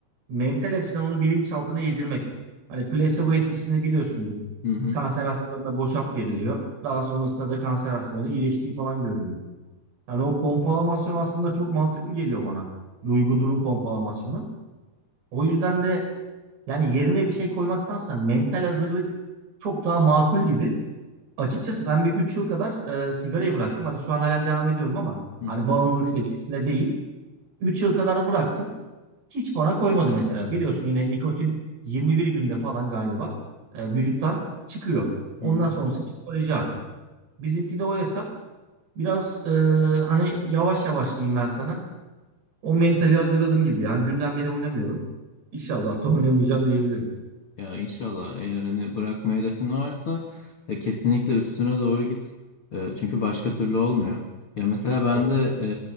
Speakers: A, on the right; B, on the left.
A: mental açıdan onu bilinçaltına yedirmek. Hani placebo etkisini biliyorsundur.
B: Hı
A: Kanser hastalarına boşap veriliyor. Daha sonrasında da kanser hastalarının iyileştiği falan görülüyor. Yani o pompalamasyon aslında çok mantıklı geliyor bana. Duygu durum pompalamasyonu. O yüzden de yani yerine bir şey koymaktansa mental hazırlık çok daha makul gibi. Açıkçası ben bir 3 yıl kadar e, sigarayı bıraktım. Hani şu an halen devam ediyorum ama
B: hı.
A: hani bağımlılık seviyesinde değil. 3 yıl kadar bıraktım. Hiç bana koymadı mesela. Biliyorsun yine nikotin 21 günde falan galiba e, vücuttan çıkıyor. Ondan
B: Hı hı.
A: sonrası psikoloji artık. Bizimki de o hesap. Biraz e, hani yavaş yavaş diyeyim ben sana. O mentali hazırladım gibi. Yani dünden beri oynamıyorum. İnşallah da oynamayacağım diyebilirim.
B: Ya inşallah eğer hani bırakma hedefin varsa e, kesinlikle üstüne doğru git. E, çünkü başka türlü olmuyor. Ya mesela ben
A: Kesinlikle.
B: de